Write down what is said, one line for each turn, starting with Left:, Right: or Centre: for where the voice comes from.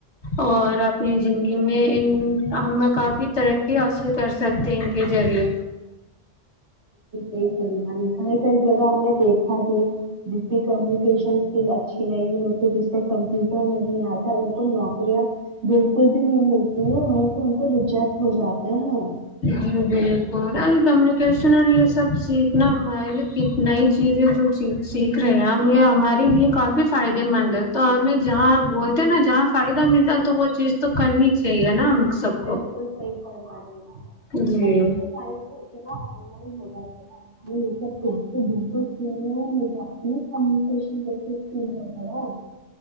Left: اور اپنی زندگی میں ہم کافی ترقی حاصل کر سکتے ہیں ان کے ذریعے
Right: ئی سلان کئی کئی جگہ ہم نے دیکھا بھی جس سے کمیونکیشن اسکل اچھی نہیں ہوتی جس سے کمپیوٹر نہیں آتا ان کو نوکریاں بالکل بھی نہیں ملتی ہیں ہم تو ان کو ریجیکٹ ہو جاتے ہیں
Left: جی بالکل کمیونیکیشن اور یہ سب سیکھنا ہمارے لیے نئی چیزیں جو سیکھ رہے ہیں ہم یہ ہمارے لیے کافی فائدے مند ہے تو ہمیں جہاں بولتے ہیں نا جہاں فائدہ ملتا تو وہ چیز تو کرنی چاہیے نا ہم کو سب
Right: بالکل صحی پررما رہےا <unintelligible>
Left: جی
Right: آپ کو تو چاہیے تھ اتنا آن لائن ہو جائے گ یہ سب ت تو بالکل س ہو مجھے اپنی کمییکیشن ویرہ آ